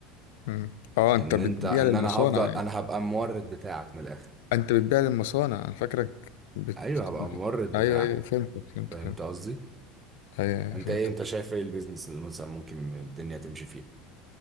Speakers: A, on the left (about 85°); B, on the right (about 15°).
A: مم. اه انت
B: ان
A: بتبيع
B: انت ان
A: للمصانع
B: انا هفضل
A: يعني
B: انا هبقى المورد بتاعك من الاخر
A: انت بتبيع للمصانع انا فاكرك بت...
B: ايوه هبقى
A: بت...
B: المورد بتاعك
A: ايوه ايوه فهمتك فهمتك
B: فهمت
A: فهمتك
B: قصدي
A: ايوه ايوه
B: انت
A: فهمتك
B: ايه انت شايف ايه البيزنس اللي مثلا ممكن الدنيا تمشي فيه